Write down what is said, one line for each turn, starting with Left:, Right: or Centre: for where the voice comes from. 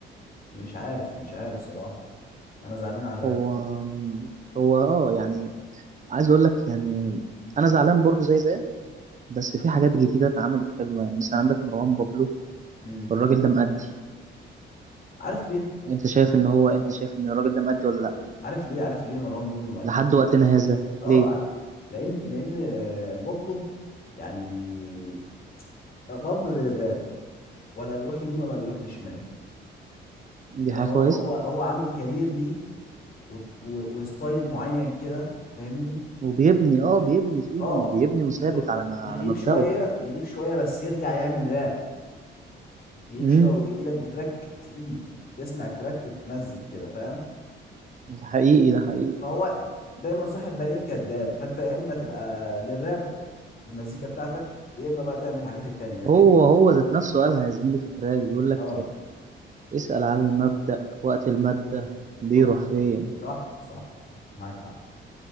Left: مش عارف مش عارف صراحة انا زعلان على الراب
Right: هو هو اه يعني عايز اقول لك يعني انا زعلان برضو زي زيك بس في حاجات جديده اتعملت حلوه يعني مثلا عندك مروان بابلو
Left: امم
Right: الراجل ده مأدي
Left: عارف ليه
Right: انت شايف ان هو انت شايف ان الراجل ده مأدي ولا لا
Left: عارف ليه عارف ليه مروان بابلو مأدي
Right: لحد وقتنا هذا
Left: اه
Right: ليه
Left: عار... لان لان آه، بابلو يعني بابلو للراب ولا بيروح يمين ولا بيروح لشمال
Right: دي
Left: يعني
Right: حاجه
Left: هو
Right: كويسه
Left: هو هو عامل كارير ليه وت- و- وستايل معين كده فاهمني
Right: وبيبني اه بيبني فيه
Left: اه
Right: بيبني وثابت
Left: يرو-
Right: على ما على
Left: يغيب
Right: مبدأه
Left: شويه يغيب شويه بس يرجع يعمل راب يغيب
Right: امم
Left: شويه ويجي لك بتراك تقيل تسمع التراك تتمزج كده فاهم
Right: ده حقيقي ده حقيقي
Left: فهو دايما صاحب بالين كداب فانت يا اما تبقى للراب والمزيكا بتاعتك يا اما بقى تعمل الحاجات التانية لكن
Right: هو هو ذات نفسه قالها يا زميلي في التراك بيقول لك
Left: اه
Right: اسأل عن المبدأ وقت المادة بيروح
Left: رحت فين
Right: فين
Left: صح صح صح معاك حق